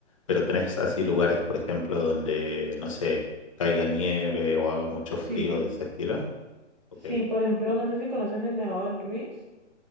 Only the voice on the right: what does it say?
sí,
sí, por ejemplo, no sé si conoces el Nevado del Ruiz.